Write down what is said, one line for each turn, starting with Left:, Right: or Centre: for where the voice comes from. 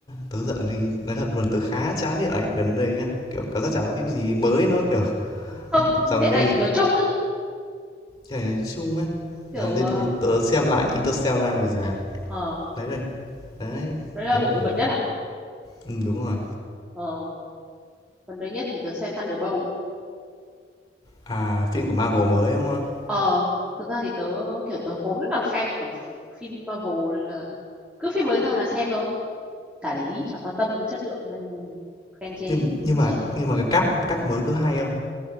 Left: tớ giận gì nói thật luôn, tớ khá chán điện ảnh gần đây á, kiểu, cảm giác chả có phim gì mới nó, kiểu, <laughs>
Centre: Không,
Left: dạo gần
Centre: điện
Left: đây
Centre: ảnh nói chung ấy,
Left: trời, nói chung á,
Centre: kiểu
Left: dạo gần đây
Centre: ờ
Left: tớ tớ xem lại Interstellar ngoài rạp.
Centre: ờ,
Left: Đấy là đấy,
Centre: đấy là
Left: đấy,
Centre: bộ
Left: đúng rồi.
Centre: gần nhất à?
Left: Ừm, đúng rồi.
Centre: Ờ, gần đây nhất thì tớ xem Thunderbolt.
Left: À, phim của Marvel mới, đúng không?
Centre: Ờ, thực ra thì tớ kiểu tớ vốn là fan của ph- phim Marvel nên là cứ phim mới ra là xem thôi. Cả đấy chả quan tâm chất lượng hay khen chê
Left: nhưng
Centre: gì,
Left: nhưng
Centre: cứ
Left: mà
Centre: xem.
Left: nhưng mà cái cáp cáp mới có hay không